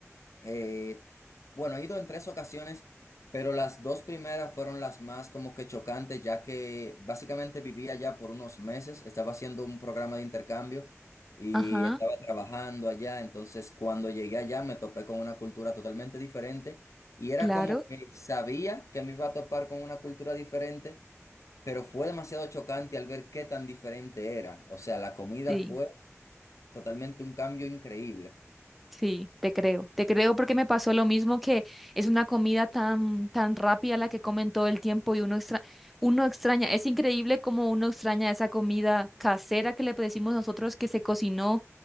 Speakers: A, on the left; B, in the centre.
A: eh, bueno, he ido en tres ocasiones, pero las dos primeras fueron las más como que chocantes, ya que básicamente vivía allá por unos meses, estaba haciendo un programa de intercambio y
B: ajá,
A: estaba trabajando allá, entonces cuando llegué allá me topé con una cultura totalmente diferente y era
B: claro.
A: como que sabía que me iba a topar con una cultura diferente, pero fue demasiado chocante al ver qué tan diferente era. O sea, la comida
B: Sí.
A: fue totalmente un cambio increíble.
B: Sí, te creo, te creo porque me pasó lo mismo que es una comida tan, tan rápida la que comen todo el tiempo y uno extra, uno extraña, es increíble como uno extraña esa comida casera que le decimos nosotros que se cocinó